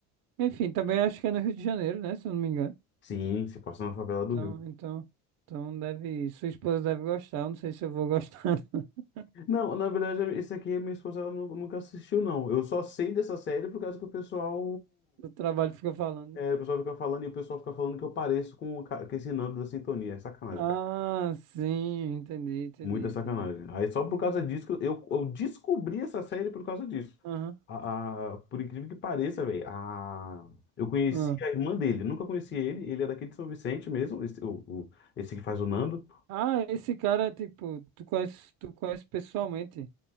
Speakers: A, on the right (about 50°); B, on the left (about 25°).
A: Enfim, também acho que é no Rio de Janeiro, né? Se eu não me engano.
B: Sim, se passa na favela do
A: Então,
B: Rio.
A: então, então deve, sua esposa deve gostar. Eu não sei se eu vou gostar <laughs>
B: Não, na verdade, esse aqui a minha esposa ela nu- nunca assistiu, não. Eu só sei dessa série por causa que o pessoal
A: do trabalho que fica falando.
B: É, o pessoal fica falando e o pessoal fica falando que eu pareço com, o ca- com esse Nando da Sintonia. É sacanagem,
A: Ah,
B: cara.
A: sim, entendi, entendi,
B: Muita sacanagem.
A: entendi.
B: Aí só por causa disso que eu, eu eu descobri essa série por causa disso.
A: Aham,
B: A, a- por incrível que pareça, velho, a, eu conheci
A: aham.
B: a irmã dele. Nunca conheci ele. Ele é daqui de São Vicente mesmo, esse, o, o- esse que faz o Nando.
A: Ah, esse cara, tipo, tu conhece, tu conhece pessoalmente.